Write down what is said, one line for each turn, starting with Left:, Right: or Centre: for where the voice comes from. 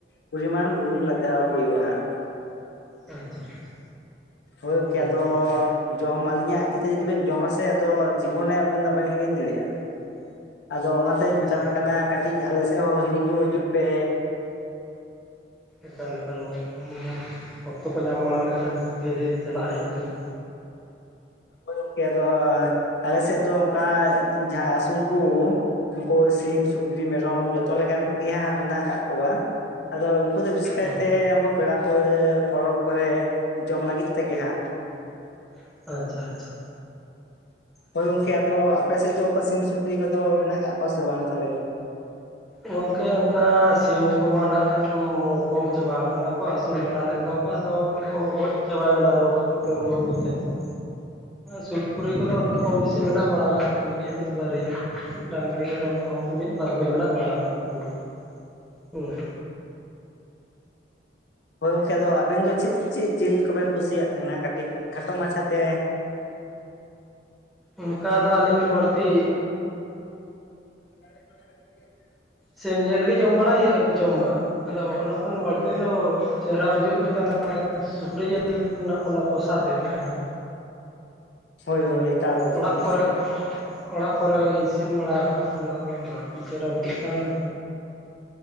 Left: ᱯᱚᱨᱤᱢᱟᱱ ᱵᱩᱞᱩᱝ ᱞᱟᱜᱟᱣ ᱦᱩᱭᱩᱜᱼᱟ ᱦᱟᱸᱜ᱾
Centre: ᱟᱪᱪᱷᱟ ᱟᱪᱪᱷᱟ᱾
Left: ᱦᱳᱭ ᱜᱚᱝᱠᱮ
Centre: ᱦᱩᱸ
Left: ᱟᱫᱚ, ᱡᱚᱢ ᱟᱹᱞᱤᱧᱟᱜ ᱛᱤ ᱛᱮ ᱡᱩᱫᱤ ᱵᱮᱱ ᱡᱚᱢᱟ ᱥᱮ ᱟᱫᱚ ᱡᱤᱵᱚᱱᱮ ᱟᱵᱮᱱ ᱫᱚ ᱵᱟᱮᱱ ᱦᱤᱲᱤᱧ ᱫᱟᱲᱮᱭᱟᱜᱼᱟ᱾
Centre: <inaudible>
Left: ᱟᱫᱚ ᱚᱱᱟᱛᱮᱧ
Centre: ᱟᱪᱪᱷᱟ
Left: ᱢᱮᱛᱟᱵᱮᱱ ᱠᱟᱱᱟ ᱠᱟᱹᱴᱤᱡ ᱟᱞᱮ ᱥᱮᱫ ᱦᱚᱸ ᱦᱤᱨᱤᱡ ᱠᱚ ᱦᱤᱡᱩᱜ ᱯᱮ
Centre: ᱮᱠᱟᱞᱮᱠᱟ ᱞ ᱱᱤᱦᱛ ᱚᱠᱛᱚ ᱠᱚ ᱧᱟᱢ ᱵᱟᱲᱟ ᱞᱮᱠᱷᱟᱱ ᱯᱷᱤᱨᱤ ᱪᱟᱞᱟᱜ ᱦᱩᱭᱩᱜ ᱯᱮᱭᱟ
Left: ᱦᱚᱳᱭ ᱜᱚᱝᱠᱮ ᱟ ᱫᱚ ᱟᱞᱮ ᱥᱮᱫ ᱫᱚ ᱚᱱᱠᱟ ᱡᱟᱦᱟᱸ ᱟᱹᱥᱩᱞ ᱠᱚ ᱩᱱᱩᱠᱩ ᱥᱤᱢ ᱥᱩᱠᱨᱤ ᱢᱮᱨᱚᱢ ᱡᱚᱛᱚ ᱞᱮᱠᱟᱱ ᱠᱚᱜᱮ ᱦᱟᱸᱜ ᱢᱮᱱᱟᱜ ᱟᱠᱟᱟᱜ ᱠᱚᱣᱟ ᱟᱫᱚ ᱩᱱᱠᱩ ᱫᱚ ᱵᱤᱥᱮᱥ
Centre: ᱜᱮᱭᱟ
Left: ᱠᱟᱭᱛᱮ ᱩᱱᱠᱩ ᱯᱮᱲᱟ ᱯᱟᱹᱲᱦᱟᱹ ᱯᱚᱨᱚᱵᱽ ᱠᱚᱨᱮ ᱡᱚᱢ ᱞᱟᱹᱜᱤᱫ ᱛᱮᱜᱮ ᱦᱟᱸᱜ
Centre: ᱟᱪᱪᱷᱟ ᱟᱪᱪᱷᱟ
Left: ᱦᱳᱭ
Centre: ᱦᱩᱸ
Left: ᱜᱚᱝᱠᱮ ᱟᱫᱚ ᱟᱯᱮ ᱥᱮᱫ ᱫᱚ ᱚᱱᱠᱟ ᱥᱤᱢ ᱥᱩᱠᱨᱤ ᱠᱚᱫᱚ ᱢᱮᱱᱟᱜ ᱟᱠᱟᱫ ᱠᱚᱣᱟ ᱥᱮ ᱵᱟᱝ ᱛᱟᱦᱚᱞᱮ
Centre: ᱜᱚᱝᱠᱮ ᱚᱱᱠᱟ ᱥᱤᱢ ᱠᱚᱢᱟ ᱱᱟᱜ ᱠᱷᱟᱱ ᱠᱚᱢ ᱪᱟᱵᱟ ᱠᱟᱱᱟ ᱠᱚ ᱟᱹᱥᱩᱞ ᱵᱟᱲᱟ ᱞᱮᱫ ᱠᱚᱣᱟ ᱠᱚ ᱟᱫᱚ ᱠᱚ ᱜᱚᱡ ᱪᱟᱵᱟᱭᱮᱱᱟ ᱨᱳᱜᱽ ᱠᱚᱛᱮ ᱨᱩᱣᱟᱹ ᱠᱚᱛᱮ ᱦᱮᱸ ᱥᱩᱯᱩᱨᱤ ᱠᱚᱫᱚ ᱚᱱᱠᱟ ᱠᱚᱢ ᱵᱤᱥᱤ ᱢᱮᱱᱟᱜ ᱵᱟᱲᱟ ᱟᱠᱟᱫ ᱠᱚᱜᱮᱭᱟ ᱢᱤᱫ ᱵᱟᱨᱭᱟ ᱰᱟᱝᱨᱤ ᱢᱮᱨᱚᱢ ᱠᱚ ᱢᱤᱫ ᱵᱟᱨ ᱫᱚ ᱢᱮᱱᱟᱜ ᱵᱟᱲᱟ ᱟᱠᱟᱫ ᱠᱚᱜᱭᱟ ᱦᱩᱸ
Left: ᱦᱳᱭ ᱜᱚᱢᱠᱮ ᱟᱫᱚ ᱟᱵᱮᱱ ᱫᱚ ᱪᱮᱫ ᱪᱮᱫ ᱡᱤᱞ ᱠᱚᱵᱮᱱ ᱠᱩᱥᱤᱭᱟᱜ ᱛᱟᱦᱮᱱᱟ ᱠᱟᱹᱴᱤᱡ ᱠᱷᱟᱴᱚ ᱢᱟᱪᱷᱟᱛᱮ
Centre: ᱚᱱᱠᱟ ᱫᱚ ᱟᱹᱞᱤᱧ ᱫᱚ ᱵᱟᱹᱲᱛᱤ
Left: <inaudible>
Centre: ᱥᱮᱢ ᱧᱮᱞ ᱜᱮ ᱡᱚᱢ ᱵᱟᱲᱟᱭ ᱦᱩᱭᱩᱜᱼᱟ ᱡᱚᱢ ᱢᱟ ᱟᱫᱚ ᱚᱱᱟ ᱠᱷᱚᱱ ᱵᱟᱹᱲᱛᱤ ᱫᱚ ᱪᱮᱦᱨᱟ ᱵᱩᱡᱷᱟᱹᱜ ᱜᱮ ᱛᱟᱦᱮ ᱥᱩᱠᱨᱤ ᱡᱤᱞ ᱨᱮᱱᱟᱜ ᱠᱟᱱᱟ ᱠᱚᱥᱟ ᱛᱮᱫ ᱡᱟᱦᱟᱸ
Left: ᱦᱳᱭ ᱦᱳᱭ ᱮᱠᱟᱞ ᱜᱚᱝᱠᱮ
Centre: ᱚᱲᱟᱜ ᱠᱚᱨᱮ ᱚᱲᱟᱜ ᱠᱚᱨᱮ ᱤᱥᱤᱱ ᱵᱟᱲᱟ ᱟᱠᱟᱟᱜ ᱠᱟᱱᱟ ᱵᱟᱹᱲᱛᱤ ᱪᱮᱦᱨᱟ ᱵᱩᱡᱷᱟᱹᱜ ᱠᱟᱱᱟ